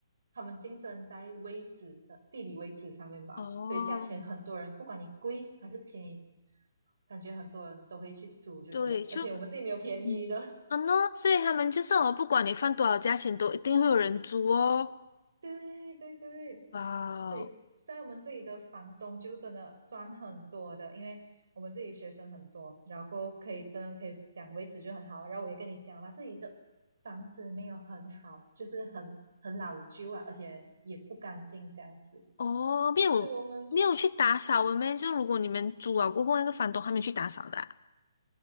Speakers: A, on the right (about 70°); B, on the left (about 65°).
A: 他们竞争在位置的地理位置上面吧，
B: 哦，
A: 所以价钱很多人不管你贵还是便宜，感觉很多人都会去租就这样，
B: 对，就
A: 而且我们这里没有便宜的。
B: 嗯，嗯呢，所以他们就是哦，不管你放多少价钱，都一定会有人租哦。
A: 对对对，
B: 哇哦
A: 所以在我们这里的房东就真的赚很多的，因为我们这里学生很多，然后可以真的可以讲位置就很好。然后我也跟你讲嘛，这里的房子没有很好，就是很很老旧啊，而且也不干净这样子。
B: 哦，没有没有去打扫了咩？
A: 所以我们
B: 就如果你们租啊过后，那个房东还没去打扫的啊